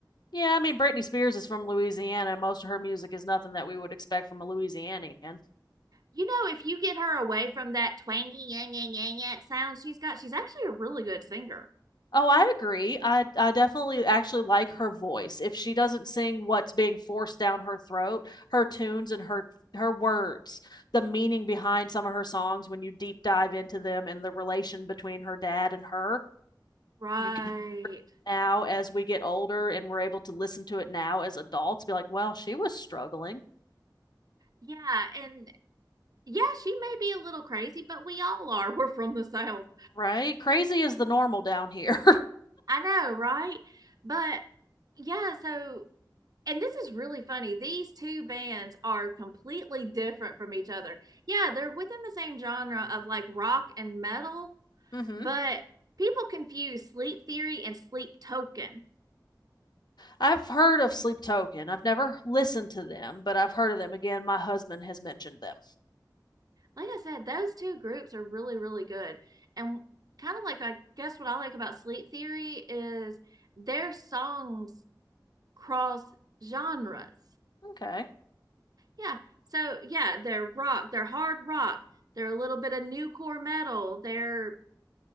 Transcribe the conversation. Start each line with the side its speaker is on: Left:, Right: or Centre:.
Left: Yeah, I mean Britney Spears is from Louisiana. and Most of her music is nothing that we would expect from a Louisianian.
Right: You know, if you get her away from that twangy yang yang yang yang sound she's got, she's actually a really good singer.
Left: Oh, I agree. I I definitely actually like her voice. If she doesn't sing what's being forced down her throat, her tunes and her her words, the meaning behind some of her songs when you deep dive into them and the relation between her dad and her,
Right: Right.
Left: you can hear now as we get older and we're able to listen to it now as adults be like, "Well, she was struggling."
Right: Yeah, and yeah, she may be a little crazy, but we all are. <laughs> We're from the South.
Left: Right? Crazy is the normal down here.
Right: I know, right? But yeah, so and this is really funny. These two bands are completely different from each other. Yeah, they're within the same genre of like rock and metal,
Left: <laughs> mhm.
Right: but people confuse Sleep Theory and Sleep Token.
Left: I've heard of Sleep Token. I've never listened to them, but I've heard of them. Again, my husband has mentioned them.
Right: like I said, those two groups are really, really good. And kind of like, I guess what I like about Sleep Theory is their songs cross genres.
Left: Okay.
Right: Yeah. So, yeah, they're rock, they're hard rock, they're a little bit of new core metal, they're